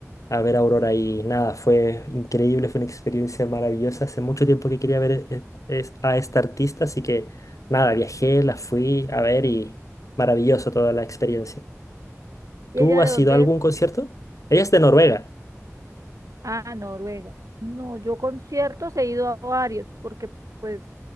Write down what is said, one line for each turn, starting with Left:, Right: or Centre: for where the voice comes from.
Left: a ver a Aurora y nada, fue increíble, fue una experiencia maravillosa. Hace mucho tiempo que quería ver e- e- es- a esta artista, así que nada, viajé, la fui a ver y maravilloso toda la experiencia.
Right: ¿Y
Left: ¿Tú
Right: ella
Left: has
Right: de dónde
Left: ido a algún
Right: es? Uh,
Left: concierto? Ella es de Noruega.
Right: Ah, Noruega. No, yo conciertos he ido a varios, porque pues